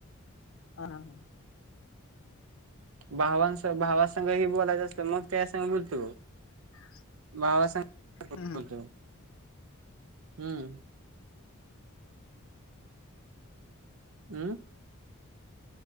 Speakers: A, on the left; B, on the right.
A: हा ह
B: भावांस भावासघं ही बोलायचं असलं मग त्या संग बोलतु बघ
A: <inaudible>
B: भावासग पण बोलतो
A: हम्म
B: हम्म हम्